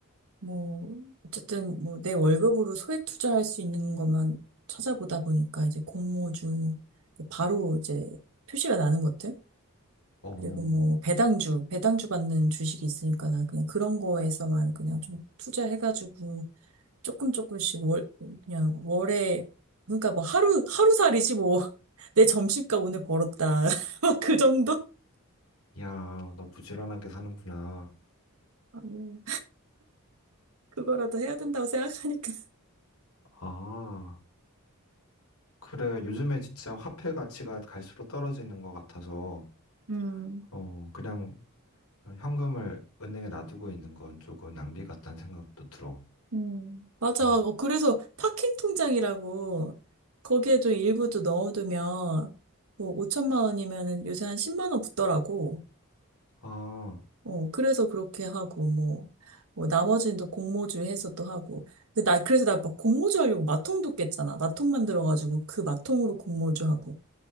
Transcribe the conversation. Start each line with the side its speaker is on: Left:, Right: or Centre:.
Right: 뭐, 어쨌든 뭐 내 월급으로 소액 투자할 수 있는 것만 찾아보다 보니까 이제 공모주, 바로 이제 표시가 나는 것들?
Left: 어,
Right: 그리고 뭐 배당주, 배당주 받는 주식이 있으니까 나 그냥 그런 거에서만 그냥 좀 투자해가지고 조금 조금씩 월, 그냥 월에, 그러니까 뭐 하루, 하루살이지 뭐. <laughs> 내 점심값 오늘 벌었다. <laughs> 막 그 정도?
Left: 야, 너 부지런하게 사는구나.
Right: 아니요. 그거라도 해야 된다고 생각하니까.
Left: 아, 그래. 요즘에 진짜 화폐 가치가 갈수록 떨어지는 것 같아서,
Right: 음.
Left: 어, 그냥 현금을 은행에 놔두고 있는 건 조금 낭비 같다는 생각도 들어.
Right: 음, 맞아.
Left: 음.
Right: 어, 그래서 파킹 통장이라고 거기에 좀 일부 좀 넣어두면 뭐 5천만 원이면은 요새 한 10만 원 붙더라고.
Left: 아,
Right: 어, 그래서 그렇게 하고 뭐, 뭐 나머지는 또 공모주 해서 또 하고. 근데 나 그래서 나 막 공모주 하려고 마통도 깼잖아. 마통 만들어가지고 그 마통으로 공모주 하고